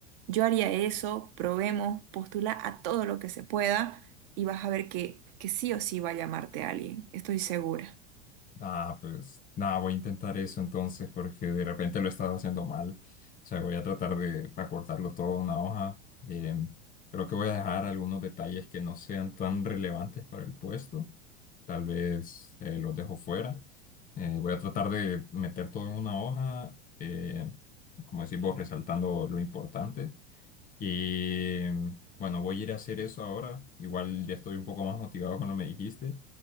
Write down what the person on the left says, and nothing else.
Ah, pues nada, voy a intentar eso entonces porque de repente lo he estado haciendo mal. O sea, voy a tratar de acortarlo todo a una hoja. em, creo que voy a dejar algunos detalles que no sean tan relevantes para el puesto. tal vez eh, los dejo fuera. Eh, voy a tratar de meter todo en una hoja, eh, como decís vos, resaltando lo importante. Y mm, bueno, voy a ir a hacer eso ahora. Igual ya estoy un poco más motivado con lo que me dijiste.